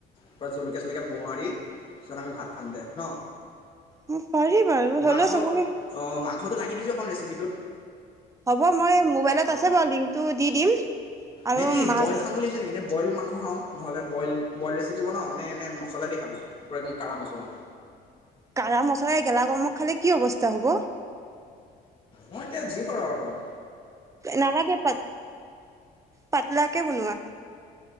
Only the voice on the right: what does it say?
অ পাৰি, বাৰু হ'লেও
চবকে
হ'ব মই মোবাইলত আছে
বাৰু, লিংকটো দি দিম। আৰু
মাছ
কাৰা মচলা এই গেলা গৰমত খালে কি অৱস্থা হব?
নালাগে পাত পাতলাকে বনোৱা